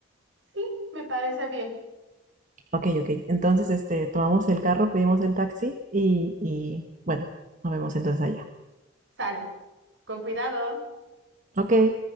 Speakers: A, on the right; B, on the right.
A: Sí, me parece bien.
B: Ok, ok. Entonces, este, tomamos el carro, pedimos el taxi y, y bueno, nos vemos entonces allá.
A: Sale. Con cuidado.
B: Ok,